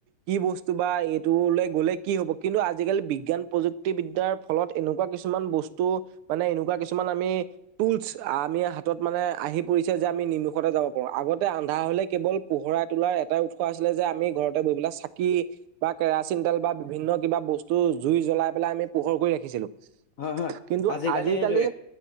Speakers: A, on the right; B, on the left.
A: কি বস্তু বা এইটোলৈ গ'লে কি হ'ব কিন্তু আজিকালি বিজ্ঞান প্ৰযুক্তিবদ্যাৰ ফলত এনেকুৱা কিছুমান বস্তু মানে এনেকুৱা কিছুমান আমি টুলচ আমি হাতত মানে আহি পৰিছে যে আমি নিমিষতে যাব প পাৰো। আগতে আন্ধাৰ হ'লে কেৱল পোহৰাই তোলাৰ এটাই উৎস আছিলে যে আমি ঘৰতে বহি পেলাই চাকি বা কেৰাচিন তেল বা বিভিন্ন কিবা বস্তু জুই জ্বলাই পেলাই আমি পোহৰ কৰি ৰাখিছিলোঁ।
B: হয় হয়
A: কিন্তু আজিকালি
B: সেইটোৱে